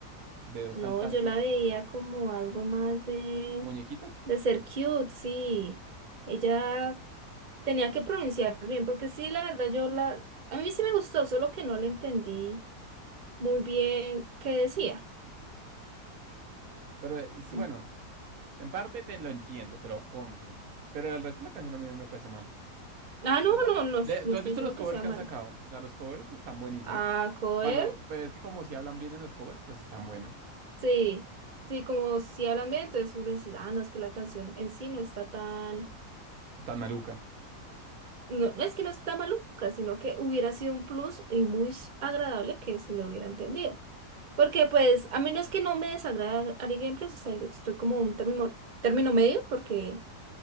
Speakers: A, on the right; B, on the right.
A: de dos
B: No,
A: cantantes
B: yo la veía como algo más de,
A: muñequitas.
B: de ser cute, sí. Ella tenía que pronunciar bien, porque sí, la verdad, yo la... A mí sí me gustó, solo que no le entendí muy bien qué decía.
A: Pero es
B: <laughs>
A: bueno, en parte te lo entiendo, te lo compro. Pero el resto de la canción a mí no me parece mala.
B: Ah, no,
A: O sea,
B: no, no,
A: de-
B: no
A: ¿tú
B: estoy
A: has visto
B: diciendo
A: los covers
B: que sea
A: que
B: mala.
A: han sacado? O sea, los covers están buenísimos.
B: Ah, joder,
A: Cuando, pues es que como si hablan bien en los covers, pues están buenos.
B: sí, sí, como si hablan bien, entonces uno dice, ah, no, es que la canción en sí no está tan,
A: Están maluca.
B: no, no es que no está maluca, sino que hubiera sido un plus y muy agradable que se le hubiera entendido. Porque pues a menos que no me desagrada Ari Gameplays, estoy, estoy como un término, término medio porque